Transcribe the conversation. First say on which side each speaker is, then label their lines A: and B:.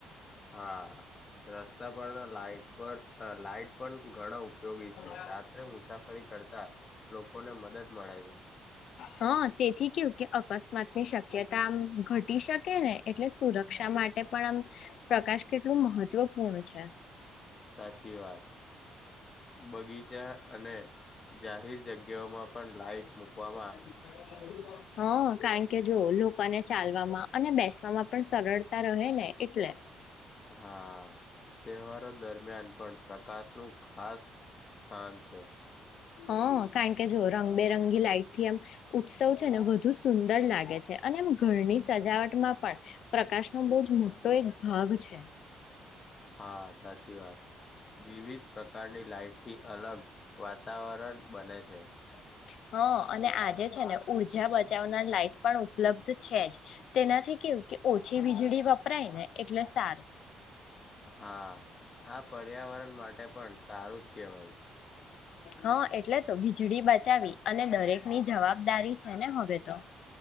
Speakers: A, on the left; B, on the left.
A: હા રસ્તા પરના લાઈટ પર અ લાઈટ પણ ઘણા ઉપયોગી છે.
B: <inaudible>
A: રાત્રે મુસાફરી કરતા લોકોને મદદ મળે છે
B: હા તેથી કેવુ કે અકસ્માતની શક્યતા આમ ઘટી શકે ને એટલે સુરક્ષા માટે પણ આમ પ્રકા સ કેટલું મહત્વપૂર્ણ છે.
A: સાચી વાત બગીચા અને જાહેર જગ્યાઓમાં પણ લાઈટ મૂકવા
B: <inaudible> હા કારણ કે જો લોકોને ચાલવામાં અને બેસવામાં પણ સરળતા રહે ને એટલે
A: હા તહેવારો દરમિયાન પણ પ્રકાશનું ખાસ સ્થાન છે.
B: હ કારણ કે જો રંગબેરંગી લાઈટ થી એમ ઉત્સવ છે ને વધુ સુંદર લાગે છે અને એમ ઘરની સજાવટમાં પણ પ્ર કાશનો બો જ મોટો એક ભાગ છે.
A: હા સાચી વાત વિવિધ પ્રકારની લાઈટથી અલગ વાતા સરળ બને છે.
B: <inaudible> હ અને આજે છે, ને ઉર્જા બચાવનાર લાઈટ પણ ઉપલબ્ધ છે, જ તેનાથી કેવું કે ઓછી વીજળી વપરાય ને એટલે સારું
A: હા આ પર્યાવરણ માટે પણ સારું જ કેવાય
B: હા એટલે તો વીજળી બચાવી અને દરેકની જવાબદારી છે, ને હવે તો